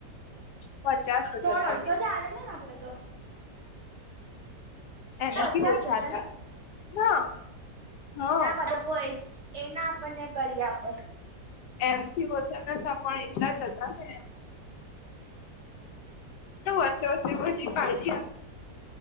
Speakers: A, on the left; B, on the right.
A: પચાસ.
B: ત્રણ
A: હજાર તમે
B: અડસો જ આવેલા ને આપડે તો.
A: એનાથી
B: પચાસ
A: ઓછા
B: હતા ને
A: ના હા
B: ના <unintelligible> કોઈ. એના આપણને કરી આપે.
A: એમથી ઓછા નતા પણ એટલા જ હતા ને એમ. એટ તો વ વી પા